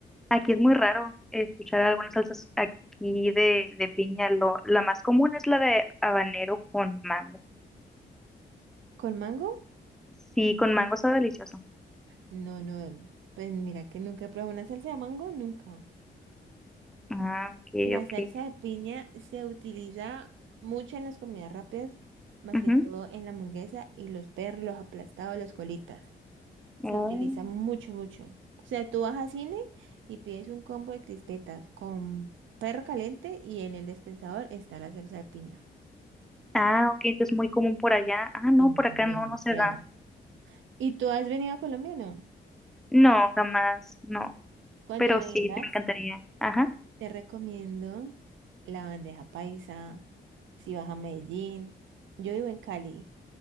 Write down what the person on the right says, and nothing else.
¿con mango?
No, no, pues mira que nunca he probado una salsa de mango, nunca.
La
salsa de piña se utiliza mucho en las comidas rápidas, más
que todo en la hamburguesa y los perros, los aplastados, las colitas. Se
utiliza mucho, mucho. O sea, tú vas a cine y pides un combo de crispetas con perro caliente y en el dispensador está la salsa de piña.
Y
demasiado.
¿Y tú has venido a Colombia o no?
Cuando
vengas,
te recomiendo la bandeja paisa, si vas a Medellín. Yo vivo en Cali.